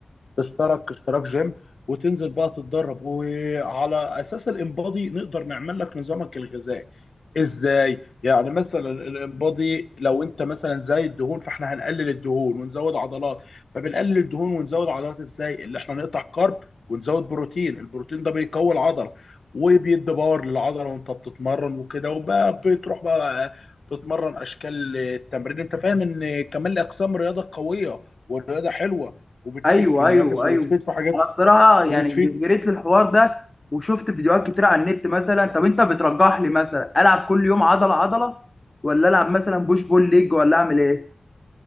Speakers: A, on the left; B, on the left.
A: تشترك اشتراك جيم وتنزل بقى تتدرب وعلى اساس الانبادي نقدر نعمل لك نظامك الغذائي ازاي يعني مثلا الانبادي لو انت مثلا زايد الدهون فاحنا هنقلل الدهون ونزود عضلات فبنقلل الدهون ونزود عضلات ازاي اللي احنا نقطع كارب ونزود بروتين البروتين ده بيقوي العضله وبيدي باور للعضله وانت بتتمرن وكده وبقى بتروح بقى تتمرن اشكال التمرين انت فاهم ان كمان اقسام رياضه قويه والرياضه حلوه وبتفيد
B: ايوه
A: في النفس
B: ايوه
A: وبتفيد
B: ايوه
A: في حاجات
B: انا الصراحه يعني
A: وبتفيد
B: جريت للحوار ده وشفت فيديوهات كتير على النت مثلا طب انت بترجح لي مثلا العب كل يوم عضله عضله ولا العب مثلا بوش بول ليج ولا اعمل ايه